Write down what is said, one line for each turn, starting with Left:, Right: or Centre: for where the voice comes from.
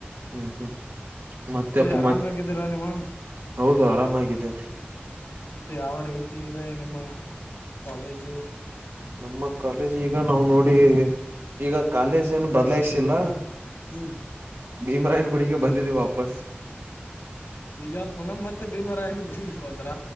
Right: ಹ್ಮ್ ಹ್ಮ್ ಮತ್ತೆ ಅಪ್ಪ
Left: ಆರಾಮಾಗಿದ್ದೀರಾ
Right: ಮತ್
Left: ನೀವು
Right: ಹೌದ ಆರಾಮಾಗಿದ್ದಾರೆ.
Left: ಮತ್ತೆ ಯಾವ ರೀತಿ ಇದೆ ನಿಮ್ಮ ಕಾಲೇಜು.
Right: ನಮ್ಮ ಕಾಲೇಜ್ ಈಗ ನಾವ್ ನೋಡಿ ಈಗ ಕಾಲೇಜೆನು ಬದಲಾಯಿಸಿಲ್ಲ.
Left: ಹ್ಮ್
Right: ಭೀಮರಾಯನಗುಡಿಗೆ ಬಂದ್ದೀವಿ ವಾಪಸ್.
Left: ಈಗ ಪುನ್ ಮತ್ತೆ ಭೀಮರಾಯನ ಗುಡಿಗೆ. ಬಂದ್ರ